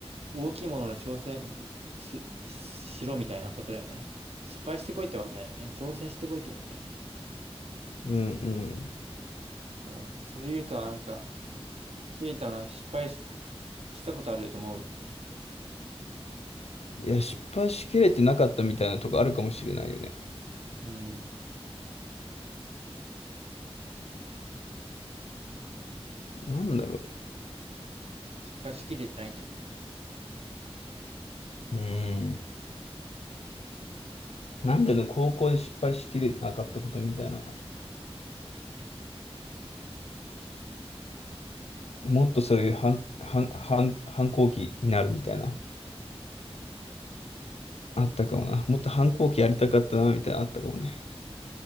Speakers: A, on the right; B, on the left.
A: 大きいものの挑戦し、し、しろみたいなことだよね。失敗してこいってわけじゃないよね。挑戦してこいってことだよね。
B: うん。うん
A: そうだね、それ言うとなんか、切れたはなんか失敗し、したことあると思う。
B: いや、失敗しきれてなかったみたいなとこあるかもしれないよね。
A: うん。
B: なんだろ
A: 失敗しきれてないってこと。
B: う。うん。なんでの高校で失敗しきれなかったことみたいな。もっとそういう反、反、反、反抗期になるみたいな。あったかもな。もっと反抗期やりたかったな、みたいなあったかもね。